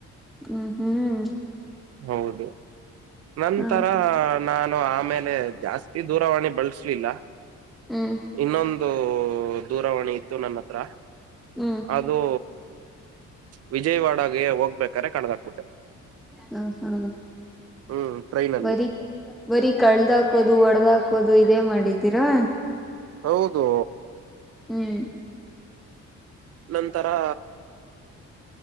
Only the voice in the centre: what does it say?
ಹ್ಮ್ ಹ್ಮ್
ಹಾ
ಹ್ಮ್
ಹ್ಮ್
ಹ ಹಾ
ಬರಿ ಬರೀ ಕಳ್ದ ಹಾಕೋದು ಒಡದ್ ಹಾಕೋದು ಇದೇ ಮಾಡಿದ್ದೀರಾ.
ಹ್ಮ್